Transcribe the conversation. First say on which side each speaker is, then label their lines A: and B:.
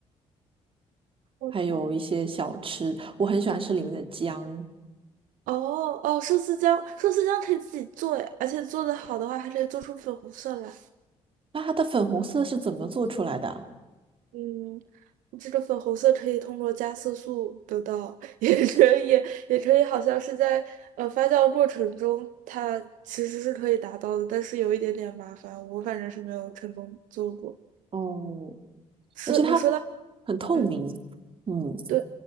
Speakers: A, on the right; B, on the right.
A: 不同
B: 还有一些小吃，我很喜欢吃里面的姜，
A: 哦哦，寿司姜，寿司姜可以自己做诶，而且做的好的话，还可以做出粉红色来。
B: 那它的粉红色是怎么做出来的啊？
A: 嗯，这个粉红色可以通过加色素得到，<laughs> 也可以，也可以，好像是在呃发酵过程中，它其实是可以达到的，但是有一点点麻烦，我反正是没有成功做过。
B: 哦，
A: 说你说到，
B: 而且它很透明，
A: 嗯，
B: 嗯。
A: 对，